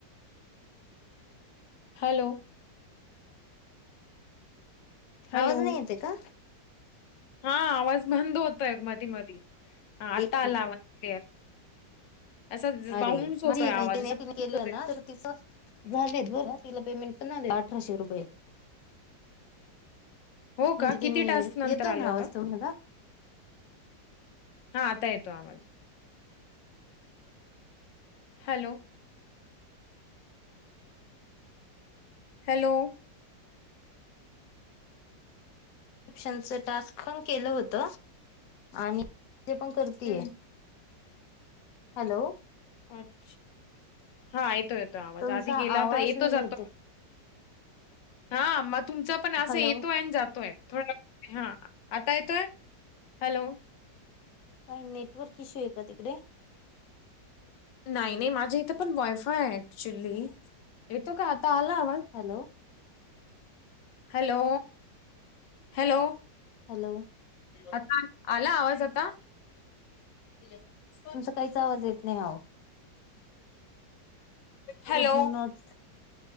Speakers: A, on the left (about 80°); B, on the left (about 60°).
A: हॅलो.
B: आवाज
A: हॅलो
B: नाही येताय का?
A: हा आवाज बंद होतय मधी मध आता
B: एक
A: आला आवाज क्लिअर. असा
B: अरे
A: बाऊन्स होतोय
B: माझी
A: आवाज
B: मैत्रीण
A: असा
B: आहे.
A: बाउन्स
B: केलं
A: होतोय.
B: ना तर तिचं- झालेत बरं का? तिला पेमेंट पण आला अठराशे रुपये.
A: हो
B: म्हणजे
A: का
B: तिने
A: किती टास्क नंतर
B: येतोय
A: आलं
B: ना
A: होतं
B: आवाज तुम्हाला.
A: हा आता येतो आवाज. हॅलो. हॅलो.
B: स्क्रिपशनच टास्क पण केलं होत. आणि ते पण करतीये.
A: हम्म.
B: हॅलो.
A: अच्छा हा येतो येतो आवाज
B: तुमचा
A: आधी गेला होता
B: आवाज
A: येतो
B: नाही
A: जातो.
B: येते
A: हा मग तुमचा पण असं
B: हॅलो
A: येतोय आणि जातोय. थोड व हा आता येतोय हॅलो.
B: काही नेटवर्क इश्यू आहे का? तिकडे.
A: नाही नाही माझ्या इथं पण वायफाय आहे ऍक्च्युली येतो का? आता आला आवाज.
B: हॅलो.
A: Hello hello.
B: हॅलो.
A: आता आला आवाज आता. तिज्या साठीच
B: तुमचा काहीच आवाज येत नाही अहो.
A: हॅलो,
B: वूड नॉट